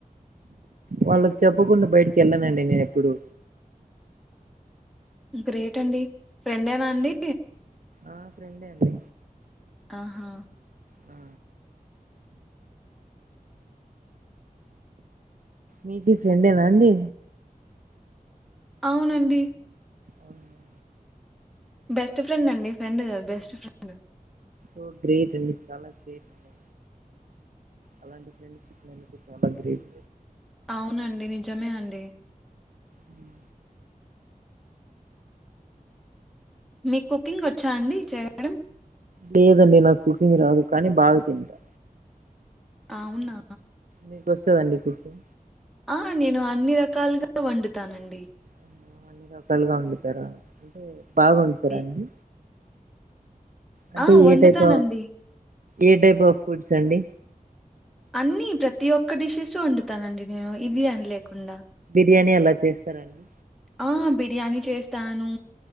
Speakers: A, on the right (about 60°); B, in the centre.
A: వాళ్ళకు చెప్పకుండా బయటికి యెళ్ళానండి నేను ఎప్పుడు
B: గ్రేట్ అండి ఫ్రెండేనా అండి
A: ఆ ఫ్రెండే అండి
B: ఆహా
A: ఆ మీకు ఫ్రెండేనా అండి
B: అవునండి
A: అవునా
B: బెస్ట్ ఫ్రెండ్ అండి ఫ్రెండ్ గాద్ బెస్ట్ ఫ్రెండ్
A: ఓ గ్రేట్ అండి చాలా గ్రేట్ అండి అలాంటి ఫ్రెండ్ చిక్కినందుకు చాలా గ్రేట్
B: అవునండి నిజమే అండి
A: ఉమ్
B: మీకు కుకింగ్ వచ్చా అండి చేయడం
A: లేదండి నాకు కుకింగ్ రాదు కానీ బాగా తింటా
B: అవునా
A: మీకు వస్తదండి కుకింగ్
B: ఆ నేను అన్ని ర కాలుగా వండుతానండి
A: అమ్మో అన్ని రకాలుగా వండుతారా అంటే బాగా వండుతారా
B: ఇది
A: అండి అంటే
B: ఆ!
A: ఏ
B: వండుతానండి.
A: టైప్ ఆ ఏ టైప్ ఆఫ్ ఫుడ్స్ అండి
B: అన్ని ప్రతి ఒక్క డిష్షేస్ వండుతానండి నేను ఇది అని లేకుండా
A: బిర్యానీ ఎలా చేస్తారండి
B: ఆ బిర్యానీ చేస్తాను